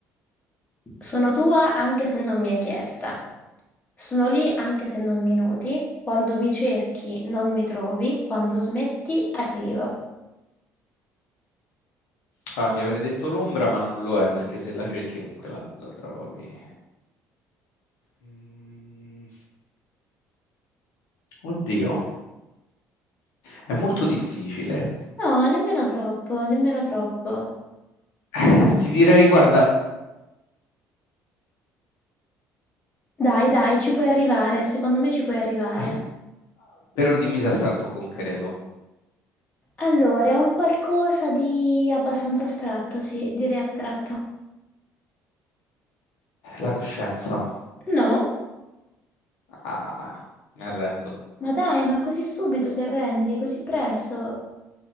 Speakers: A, on the left (about 25°); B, on the left (about 85°).
A: Sono tua anche se non mi hai chiesta, sono lì anche se non mi noti, quando mi cerchi non mi trovi, quando smetti arrivo.
B: Ah, ti avrei detto l'ombra, ma non lo è perché se la cerchi comunque la, la trovi. Mm, Oddio, è molto difficile.
A: No, nemmeno troppo, nemmeno troppo.
B: Eh, Ti direi, guarda,
A: Dai, dai, ci puoi arrivare, secondo me ci puoi arrivare.
B: ast- però dimmi se è astratto o concreto.
A: Allora, è un qualcosa di abbastanza astratto, sì, direi astratto.
B: La coscienza.
A: No?
B: Ah, mi arrendo.
A: Ma dai, ma così subito ti arrendi, così presto?